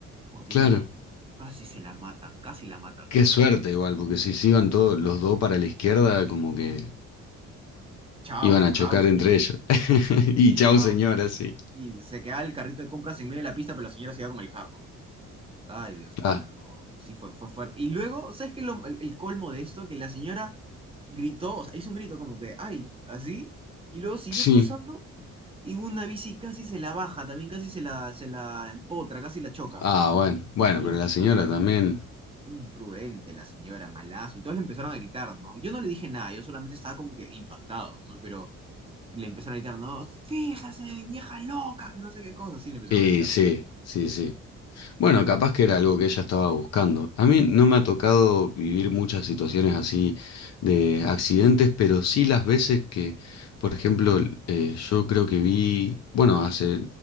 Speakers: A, on the right; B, on the left.
A: Por Dios,
B: Claro.
A: casi se la matan, casi la matan.
B: Qué suerte igual, porque si se iban todos los dos para la izquierda, como que
A: Chao,
B: iban a
A: chao,
B: chocar
A: señora.
B: entre ellos. <laughs> Y
A: Sí,
B: chau
A: chao.
B: señora, sí.
A: Y se queda el carrito de compras en medio de la pista, pero la señora se va con el carro. Ay, Dios
B: Claro.
A: mío, no. Sí, fue, fue fuerte. Y luego, ¿sabes qué? es lo- el, el colmo de esto, que la señora gritó, o sea, hizo un grito como que, ay, así, y luego siguió
B: Sí.
A: cruzando y una bici casi se la baja, también casi se la, se la empotra, casi la choca.
B: Ah, bueno, bueno,
A: Imprudente,
B: pero la señora también.
A: imprudente la señora, malazo. Y todos le empezaron a gritar, ¿no? Yo no le dije nada, yo solamente estaba como que impactado, ¿no? Pero le empezaron a gritar, no, fíjese, vieja loca, que no sé qué cosa, sí, le empezaron
B: Y
A: a gritar,
B: sí, sí, sí. Bueno, capaz que era algo que ella estaba buscando. A mí no me ha tocado vivir muchas situaciones así de accidentes, pero sí las veces que, por ejemplo, eh, yo creo que vi, bueno, hace